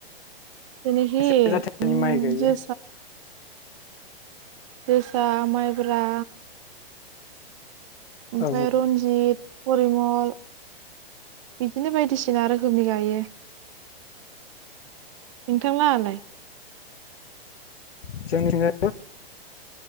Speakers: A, on the right (about 30°); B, on the left (about 80°).
A: जेनाखि
B: एसे जाथोनि माइ गायो
A: जो जोसा माइब्रा ओमफ्राय
B: औ
A: रन्जित परिमल बिदिनो बायदिसिना रोखोमनि गायो। नोंथांलांआलाय
B: <unintelligible> जोंनिथिं जों